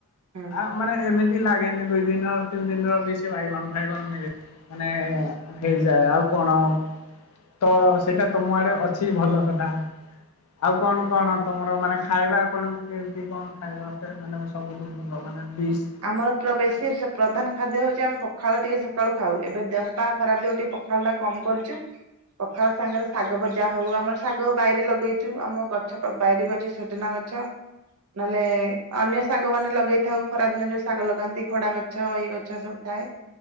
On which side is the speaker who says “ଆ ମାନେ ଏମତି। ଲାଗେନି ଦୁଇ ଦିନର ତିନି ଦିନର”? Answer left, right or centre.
Left